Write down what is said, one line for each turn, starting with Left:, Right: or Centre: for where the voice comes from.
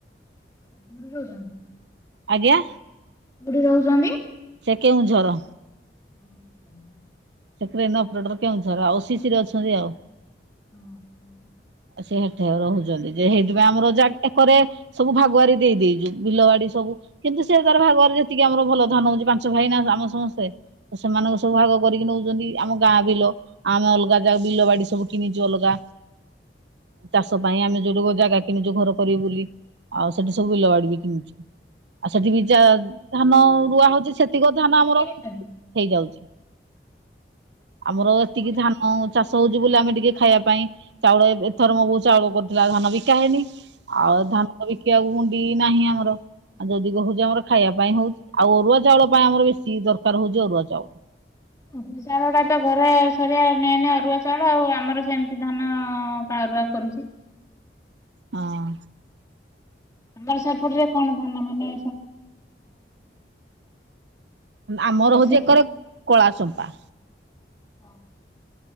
Left: <unintelligible>
Right: ଆଜ୍ଞା।
Left: କୋଉଠି ରହୁଛନ୍ତି?
Right: ସେ କେଉଁଝର।
Left: <unintelligible>
Right: ସେ କ୍ରେନ୍ ଅପ୍ରେଟର କେଉଁଝର ଆଉ ସି ସିରେ ଅଛନ୍ତି ଆଉ।
Left: ହ ହ।
Right: ଆ ସେ ହଠା ରହୁଛନ୍ତି। ଯେ ହେଇଥିପ ଆମର ଯା ଏକରେ ସବୁ ଭାଗୁଆରୀ ଦେଇେଇଛୁ ବିଲ ବାଡି ସବୁ କିନ୍ତୁ ସେ ତାର ଭାଗୁଆରୀ ସେତିକି ଆମର ଭଲ ଧାନ ହଉଛି ପାଞ୍ଚ ଭାଇ ନା ଆମ ସମସ୍ତେ। ତ ସେମାନଙ୍କ ସବୁ ଭାଗ କରିକି ନେଉଛନ୍ତି ଆମ ଗାଁ ବିଲ ଆଉ ଆମ ଅଲଗା ଯାଗ ବିଲ ବାଡି ସବୁ। କିିଣିଚୁ ଅଲଗା ଚାଷ ପାଇଁ ଆମେ ଯୋଉଟୁ ଜାଗା କିଣିଛୁ ଘର କରିବୁ ବୋଲି ଆଉ ସେଠି ସବୁ ବିଲ ବାଡି ବି କିଣଛୁ। ଆଉ ସେଠି ଯା ଧାନ ରୁଆ ହଉଛି ସେତିକ ଧାନ
Left: କୋଉଠି
Right: ଆମର
Left: କିଣିଛନ୍ତି?
Right: ହେଇଯାଉଛି। ଆମର ଏତିକି
Left: କୋଉଠି
Right: ଧାନ ଚାଷ ହଉଛି ବୋଲି ଆମେ ଟିକେ ଖାଇବା ପାଇଁ ଚାଉଳ ଏଥର ମୋ ବୋଉ ଚାଉଳ କରିୁଥିଲା ଧାନ ବିକା ହେଇନି ଆଉ ଧାନ ବିକିବାକୁୁ ପୁଣି ବି ନାହିଁ ଆମର। ଆଉ ଯଦି କହୁଛି ଆମର ଖାଇବା ପାଇଁ ହଉଛି ଆଉ ଅରୁଆ ଚାଉଳ ପାଇଁ ଆମର ବେଶୀ ଦରକାର ହଉଛି ଅରୁଆ ଚାଉଳ।
Left: ଅରୁଆ ଚାଉଳ ଟା ତ ଘରେ ସରି ମେନ ଅରୁଆ ଚାଉଳ ଆଉ ଆମର ସେମିତି ଧାନ ପା କରିବା କରୁଛି।
Right: ହଁ।
Left: ଆମର ସେପଟ ରେ କଣ ଧାନ ମାନେ?
Right: ଆମର
Left: ବେଶୀ
Right: ହଉଛି ଏକରେ କଳା ଚମ୍ପା।
Left: ଓ ହୋ।